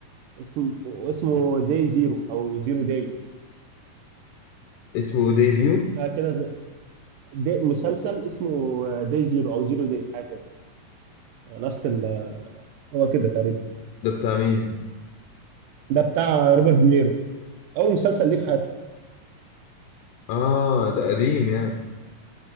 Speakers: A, on the right; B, on the left.
A: اسمه اسمه داي زيرو او زيرو داي
B: اسمه ديفيو
A: حاجه كده زي- دي مسلسل اسمه داي زيرو او زيرو داي حاجه كده آه، نفس ال... هو كده تقريبا
B: ده بتاع مين
A: ده بتاع روبرت دينيرو اول مسلسل ليه في حياته
B: اه ده قديم يعني